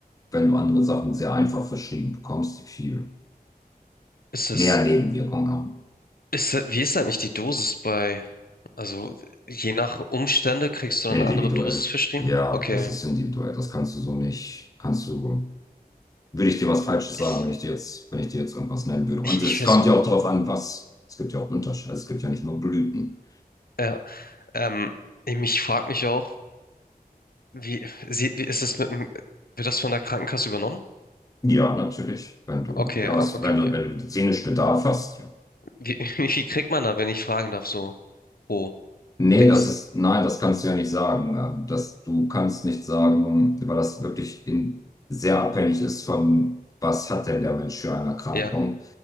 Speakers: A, on the left; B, on the left.
A: wenn du andere Sachen sehr einfach verschrieben bekommst, die viel
B: Ist das,
A: mehr Nebenwirkungen haben.
B: ist das, wie ist eigentlich die Dosis bei, also je nach Umstände kriegst du
A: Individuell.
B: dann eine andere Dosis verschrieben?
A: Ja,
B: Okay.
A: das ist individuell. Das kannst du so nicht, kannst du, würde ich dir was Falsches
B: Ich,
A: sagen, wenn ich dir jetzt, wenn ich dir jetzt irgendwas nennen würde.
B: ich,
A: Und
B: ich
A: es
B: weiß,
A: kommt ja auch darauf an, was, es gibt ja auch Unterschiede. Also es gibt ja nicht nur Blüten.
B: ja, ähm, ich frage mich auch, wie, sie- wie ist es mit, dem- wird das von der Krankenkasse übernommen?
A: Ja, natürlich. Wenn du,
B: Okay,
A: ja, es-
B: ah, okay,
A: wenn
B: okay.
A: du, wenn du medizinisch Bedarf hast, ja.
B: Wie, <laughs> wie viel kriegt man da, wenn ich fragen darf, so pro?
A: Nee,
B: Dings.
A: das ist, nein, das kannst du ja nicht sagen. ähm, Das, du kannst nicht sagen, weil das wirklich in, sehr abhängig ist von, was hat denn der Mensch für eine Erkrankung?
B: Ja.